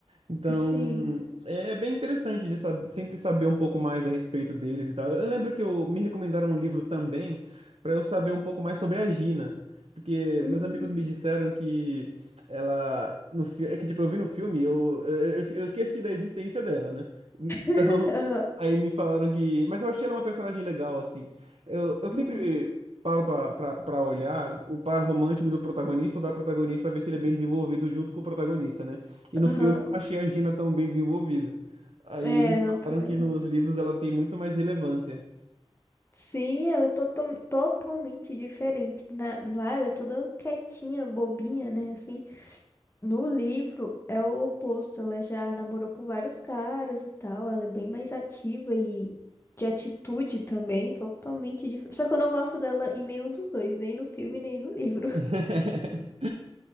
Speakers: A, on the right; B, on the left.
A: Então,
B: <laughs> sim.
A: é é bem interessante de sab- sempre saber um pouco mais a respeito deles e tal. Eu lembro que eu, me recomendaram um livro também para eu saber um pouco mais sobre a Gina, porque
B: Uhum.
A: meus amigos me disseram que ela no filme, é que tipo eu vi no filme, eu, eu, eu eu esqueci da existência dela, né? <laughs> Então,
B: <laughs> Aham,
A: aí me falaram que, mas eu achei ela uma personagem legal assim. Eu, eu sempre
B: uhum.
A: paro pra pra- pra olhar o par romântico do protagonista ou da protagonista pra ver se ele é bem desenvolvido junto com o protagonista, né? E no
B: Aham.
A: filme eu não achei a Gina tão bem desenvolvida. Aí
B: É,
A: me falaram
B: eu também
A: que
B: não.
A: nos livros ela tem muito mais relevância.
B: Sim, ela é totom- totalmente diferente. Na, lá ela é toda quietinha, bobinha, né? Assim, no livro é o oposto. Ela já namorou com vários caras e tal. Ela é bem mais ativa e de atitude também, totalmente diferente. Só que eu não gosto dela em nenhum dos dois, nem no filme, nem no livro. <laughs>
A: <laughs>